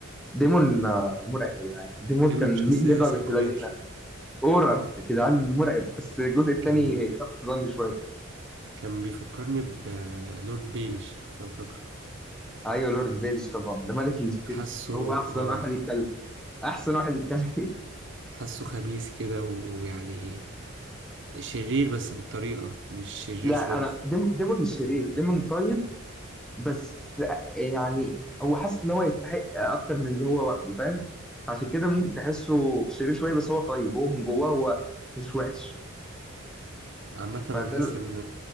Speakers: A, in the centre; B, on the right (about 60°).
A: ديمون آه، مرعب يا جدعان ديمون
B: دايما
A: كان
B: شخصية
A: ليه هبه
B: سايكوباتي
A: بنت لذينه اورا يا جدعان مرعب بس الجزء الثاني
B: كان
A: خف في ظني شويه
B: كان بيفكرني بلورد بيليش لو فاكره
A: ايوه لورد بيلز طبعا ده ملك السبيتشز
B: حاسه
A: هو احسن
B: اه
A: واحد يتكلم احسن واحد يتكلم <laughs>
B: حاسه خبيث كده ويعني شرير بس بالطريقة مش شرير
A: لا
B: صرف
A: انا ديمون ديمون مش شرير ديمون طيب بس يعني هو حاسس ان هو يستحق اكتر من اللي هو واخده فاهم عشان كده ممكن تحسه شرير شويه بس هو طيب هو من جواه هو مش وحش
B: عامة أنا
A: فده
B: حاسس
A: ال-
B: إن